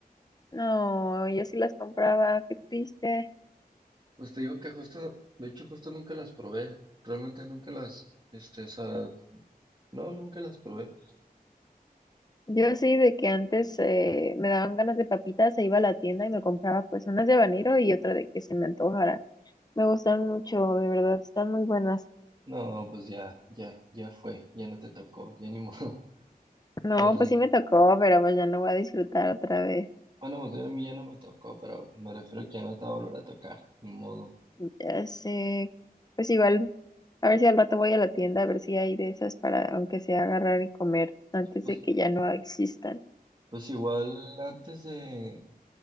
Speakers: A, on the left; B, on the right.
A: No, yo sí las compraba, qué triste.
B: Pues te digo que justo, de hecho justo nunca las probé, realmente nunca las, este, o sea, no, nunca las probé.
A: Yo sí de que antes eh, me daban ganas de papitas, se iba a la tienda y me compraba pues unas de habanero y otra de que se me antojara. Me gustan mucho, de verdad, están muy buenas.
B: No, pues ya, ya, ya fue, ya no te tocó, ya ni modo, <laughs>
A: No,
B: sorry.
A: pues sí me tocó, pero pues ya no voy a disfrutar otra vez.
B: Bueno, más bien a mí ya no me tocó, pero me refiero que ya no te va a volver a tocar, ni modo.
A: Ya sé, pues igual, a ver si al rato voy a la tienda, a ver si hay de esas para aunque sea agarrar y comer antes
B: Pues,
A: de que ya no existan.
B: pues igual antes de,